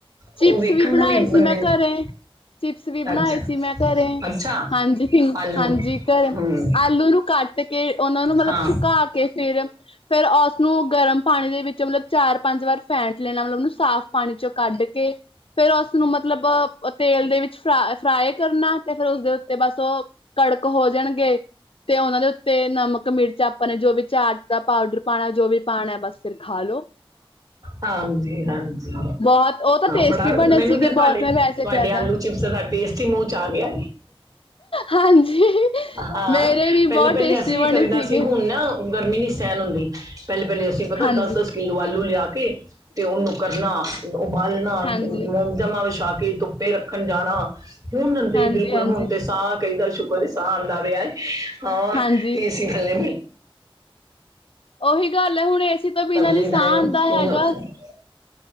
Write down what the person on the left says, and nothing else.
ਚਿਪਸ
ਵੀ ਬਣਾਏ
ਸੀ
ਮੈਂ
ਘਰੇ ਚਿਪਸ ਵੀ ਬਣਾਏ
ਸੀ ਮੈਂ ਘਰੇ
ਹਾਂਜੀ -ਹਾਂਜੀ
ਘਰ
ਆਲੂ ਨੂੰ ਕੱਟ ਕੇ ਉਹਨਾ ਨੂੰ ਮਤਲਬ
ਸੁਕਾ
ਕੇ ਫੇਰ ਫੇਰ ਉਸਨੂੰ ਗਰਮ ਪਾਣੀ ਦੇ ਵਿੱਚ ਮਤਲਬ ਚਾਰ ਪੰਜ ਵਾਰ ਫੈਂਟ ਲੈਣਾ ਮਤਲਬ ਉਹਨੂੰ ਸਾਫ਼ ਪਾਣੀ ਚੋਂ ਕੱਢ ਕੇ ਕੇ ਫੇਰ ਉਸਨੂੰ ਮਤਲਬ ਤੇਲ ਦੇ ਵਿੱਚ ਫਰਾ ਫਰਾਏ ਕਰਨਾ ਤੇ ਫੇਰ ਉਸਦੇ ਉੱਤੇ ਬਸ ਉਹ ਕੜਕ ਹੋ ਜਾਣਗੇ ਤੇ ਉਹਨਾਂ ਦੇ ਉੱਤੇ ਨਮਕ ਮਿਰਚਾਂ ਆਪਾਂ ਨੇ ਜੋ ਵੀ ਚਾਟ ਦਾ ਪਾਊਡਰ ਪਾਣਾ, ਜੋ ਵੀ ਪਾਣਾ ਬਸ ਫਿਰ ਖਾ ਲੋ।
ਬਹੁਤ ਉਹ ਤਾਂ ਟੇਸਟੀ
ਬਣੇ
ਸੀਗੇ
ਬਹੁਤ ਮੈਂ ਵੈਸੇ
ਕਹਿਦਾ
ਹਾਂਜੀ
ਮੇਰੇ ਵੀ ਬਹੁਤ
ਟੇਸਟੀ
ਬਣੇ
ਸੀਗੇ
ਹਾਂਜੀ
ਹਾਂਜੀ
ਹਾਂਜੀ
ਹਾਂਜੀ
ਹਾਂਜੀ
ਉਹੀ ਗੱਲ ਹੈ ਹੁਣ ਏ ਸੀ ਏ ਤੋਂ ਬਿਨਾਂ
ਨੀ ਸਾਹ
ਆਂਦਾ ਹੈਗਾ,